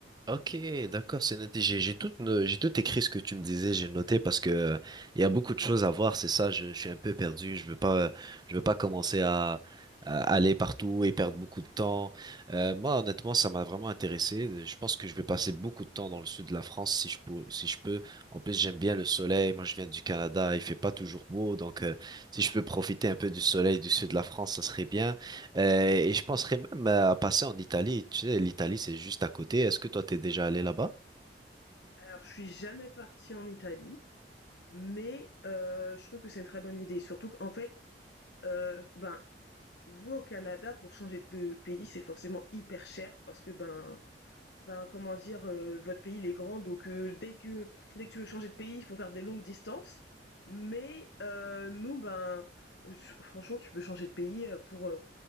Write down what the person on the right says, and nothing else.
Ok, d'accord, c'est noté. J'ai j'ai tout, no- j'ai tout écrit ce que tu me disais, j'ai noté parce que euh, il y a beaucoup de choses à voir, c'est ça, je, je suis un peu perdu, je veux pas, euh, je veux pas commencer à, à aller partout et perdre beaucoup de temps. Euh, moi, honnêtement, ça m'a vraiment intéressé. Je pense que je vais passer beaucoup de temps dans le sud de la France si je peux, si je peux. En plus, j'aime bien le soleil. Moi, je viens du Canada, il fait pas toujours beau, donc euh, si je peux profiter un peu du soleil du sud de la France, ça serait bien. Euh, et je penserais même à passer en Italie. Tu sais, l'Italie, c'est juste à côté. Est-ce que toi, t'es déjà allé là-bas?